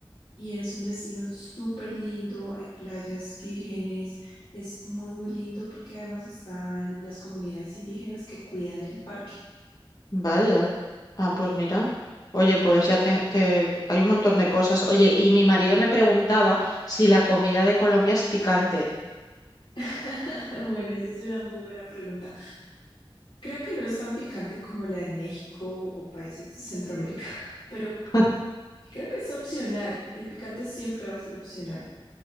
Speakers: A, on the left (about 80°); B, on the left (about 45°).
A: y es un destino súper lindo. Hay playas vírgenes, es muy, muy lindo porque además están las comunidades indígenas que cuidan el parque.
B: vaya. Ah, pues mira. Oye, pues ya te, te- hay un montón de cosas. Oye, y mi marido me preguntaba si la comida de Colombia es picante.
A: <laughs> Bueno, esa es una muy buena pregunta. Creo que no es tan picante como la de México o países de Centroamérica, <laughs> pero
B: <laughs>
A: creo que es opcional. El picante siempre va a ser opcional